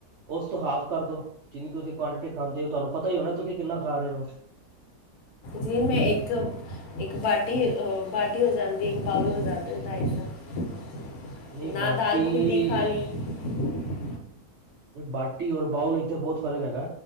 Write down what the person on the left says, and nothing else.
ਜੀ ਮੈਂ ਇੱਕ ਇੱਕ ਬਾਟੀ -ਬਾਟੀ ਹੋ ਜਾਂਦੀ ਇੱਕ ਬਾਊਲ ਹੋ ਜਾਂਦਾ ਰਾਈਸ ਦਾ।
ਨਾਲ
ਦਾਲ ਖੁੱਲੀ ਖਾਲੀ। <unintelligible>